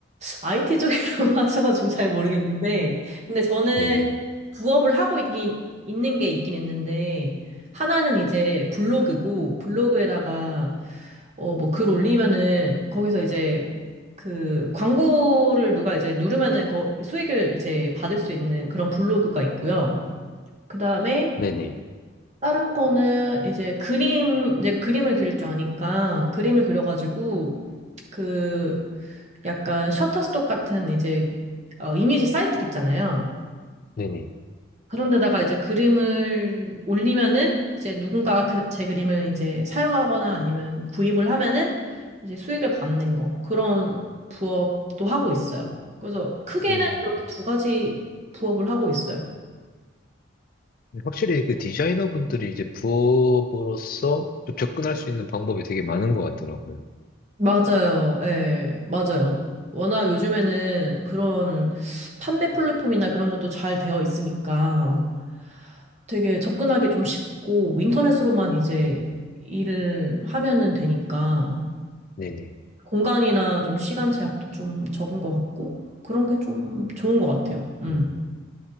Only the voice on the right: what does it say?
IT 쪽이라고 <laughs> 하셔가지고 잘 모르겠는데, 근데 저는
부업을 하고 있긴 있는 게 있긴 있는데 하나는 이제 블로그고 블로그에다가 어 뭐 글 올리면은 거기서 이제 그 광고를 누가 이제 누르면은 거 수익을 이제 받을 수 있는 그런 블로그가 있고요. 그다음에
다른 거는 이제 그림, 이제 그림을 그릴 줄 아니까 그림을 그려가지고 그 약간 셔터스톡 같은 이제 어, 이미지 사이트 있잖아요.
그런데다가 이제 그림을 올리면은 이제 누군가 그 제 그림을 이제 사용하거나 아니면 구입을 하면은 이제 수익을 받는 거 그런 부업도 하고 있어요. 그래서 크게는
그렇게 두 가지 부업을 하고 있어요.
맞아요. 예, 맞아요. 워낙 요즘에는 그런 판매 플랫폼이나 그런 것도 잘 되어 있으니까 되게 접근하기 좀 쉽고 인터넷으로만 이제
일을 하면은 되니까
공간이나 좀 시간 제약도 좀 적은 것 같고 그런 게 좀 좋은 것 같아요. 음.